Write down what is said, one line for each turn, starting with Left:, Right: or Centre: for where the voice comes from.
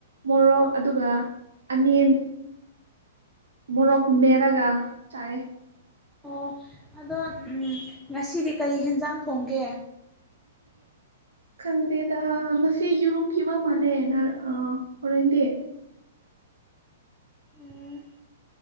Right: ꯃꯣꯔꯣꯛ ꯑꯗꯨꯒ ꯑꯅꯤꯝ ꯃꯣꯔꯣꯛ ꯃꯦꯠꯂꯒ ꯆꯥꯏ
Centre: ꯑꯣ ꯑꯗꯣ ꯑꯝ ꯉꯁꯤꯗꯤ ꯀꯔꯤ ꯍꯦꯟꯖꯥꯡ ꯊꯣꯡꯒꯦ
Right: ꯈꯟꯗꯦꯗꯥ ꯉꯁꯤ ꯌꯦꯔꯨꯝ ꯄꯤꯕ ꯃꯥꯜꯂꯦ ꯅ ꯑ ꯍꯣꯔꯦꯟꯗꯤ
Centre: ꯎꯝ